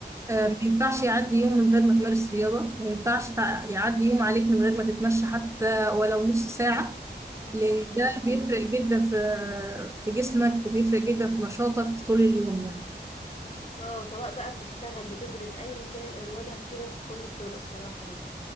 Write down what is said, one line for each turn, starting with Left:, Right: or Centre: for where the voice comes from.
Right: آه،
Left: صح
Right: ما ينفعش يعدي يوم من غير ما تمارس رياضه ما ينفعش تع- يعدي يوم عليك من غير ما تتمشى حتى ولو نص ساعه لأن
Left: صح برافو
Right: ده بيفرق
Left: عليكي
Right: جدا في في جسمك وبيفرق جدا في نشاطك طول اليوم يعني
Left: اه سواء بقى بتشتغل بتدرس ايا كان الرياضة هتفيدك في كل الطرق بصراحة يعني